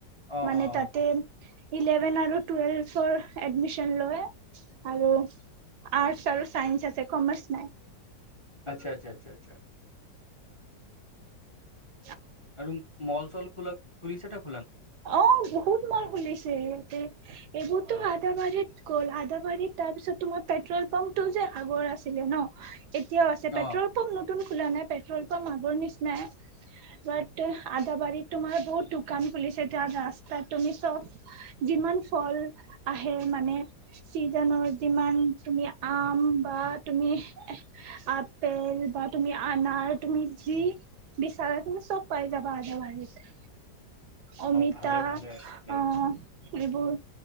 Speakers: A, on the left; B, on the right.
A: অ',
B: মানে
A: অ',
B: তাতে
A: অ',
B: ইলেভেন আৰু টুৱেলভৰ এডমিচন লয় আৰু আৰ্ট আৰু চাইন্স আছে কমাৰচ নাই।
A: আচ্ছা আচ্ছা আচ্ছা আচছা।
B: উম
A: আৰু মল চল বিলাক খুলিছে তাত
B: অঁ বহুত মান খুলিছে ইহঁতে এইবোৰতো
A: অ',
B: আদাবাৰীত গ'ল আদাবাৰীত তাৰ পিছত তোমাৰ পেট্ৰল পাম্পটো যে আগৰ আছিলে ন এতিয়াও আছে পেট্ৰল
A: অ',
B: পাম্প নতুন খোলা নাই পেট্ৰল পাম্প আগৰ নিচিনাই ব আদাবাৰীত তোমাৰ বহুত দোকান খুলিছে। ৰাস্তাত তুমি চব যিমান ফল আহে মানে চিজনৰ যিমান তুমি আম বা তুমি আপেল বা তুমি আনাৰ তুমি যি বিচাৰা তুমি চব পাই যাবা আদাবাৰীত অমিতা
A: ভালে, ভালে, ভালে
B: অঁ যিবোৰ